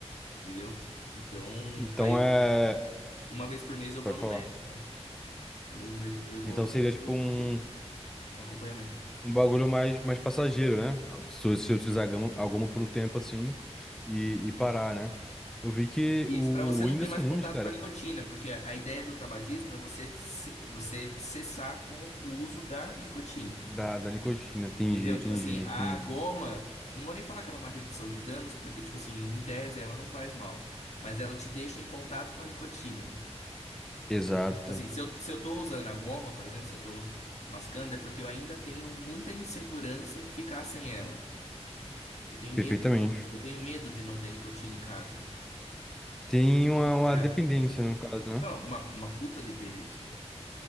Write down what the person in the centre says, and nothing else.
Então
é.
Pode
falar.
Então
seria
tipo um.
um bagulho mais, mais passageiro, né? Se você utilizar gama- alguma por um tempo assim e, e parar, né? Eu vi que
o,
o
Whindersson
Nunes,
cara,
da, da nicotina, entendi,
entendi,
entendi.
Exato,
perfeitamente.
Tem uma, uma
dependência, no caso, né?